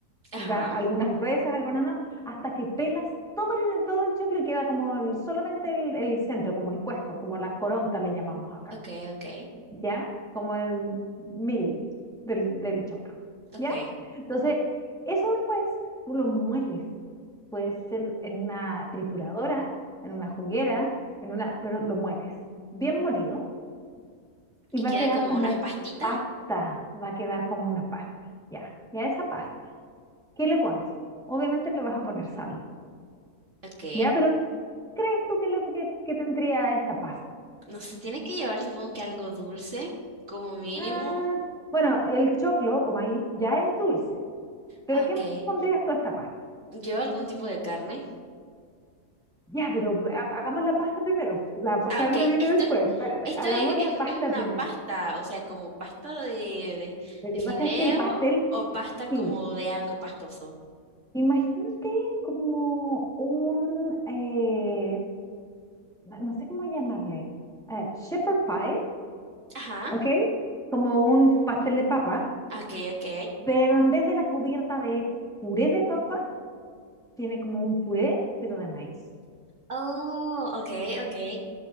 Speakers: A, on the right; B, in the centre.
A: Ajá.
B: va- algunas gruesas, algunas no, hasta que pelas todo el, todo el choclo y queda como el- solamente el, el centro, como el cuesco, como la coronta le llamamos acá,
A: Ok, ok,
B: ¿ya? Como el mili del, del choclo,
A: ok.
B: ¿ya? Entonces, eso después tú lo mueles. Puede ser en una trituradora, en una juguera, en una, pero lo mueles, bien molido y
A: Y
B: va
A: queda
B: a quedar
A: como
B: como
A: unas pastitas.
B: pasta, va a quedar como una pasta. Ya, ya esa pasta. ¿Qué le pones? Obviamente le vas a poner sal.
A: Ok.
B: Ya, pero ¿qué crees tú que, le- que- que tendría esta pasta?
A: No se tiene que llevar, supongo que algo dulce, como mínimo.
B: Ah, bueno, el choclo o maíz ya es dulce, pero
A: Ah, Ok.
B: ¿qué más pondrías tú a esta pasta?
A: ¿Lleva algún tipo de carne?
B: Ya, pero ha- hagamos la pasta primero. La pa-
A: Ah,
B: carne
A: ok.
B: viene
A: Esto
B: después. Espérate,
A: Esto
B: hagamos
A: es, es-
B: la pasta
A: es una
B: primero.
A: pasta, o sea, como pasta de, de,
B: Lo que
A: de fideo
B: pasa es que el pastel
A: o pasta como
B: sí.
A: de algo pastoso.
B: Imagínate como un eh, no no sé cómo llamarle, eh, shepherd pie,
A: Ajá,
B: ¿ok? Como un pastel de papa,
A: ok, ok.
B: pero en vez de la cubierta de puré de papa, tiene como un puré, pero de maíz.
A: Oh, ok, ok.